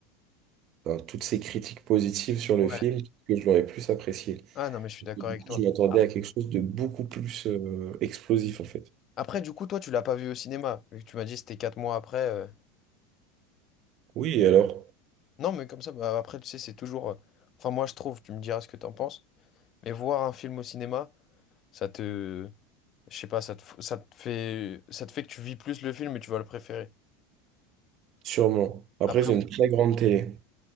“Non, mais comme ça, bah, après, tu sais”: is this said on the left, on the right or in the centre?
Left